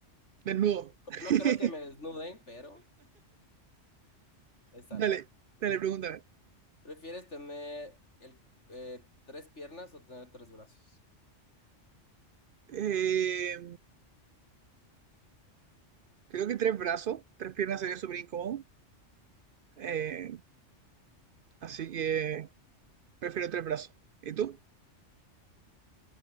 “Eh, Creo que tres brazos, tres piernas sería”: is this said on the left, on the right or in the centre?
Right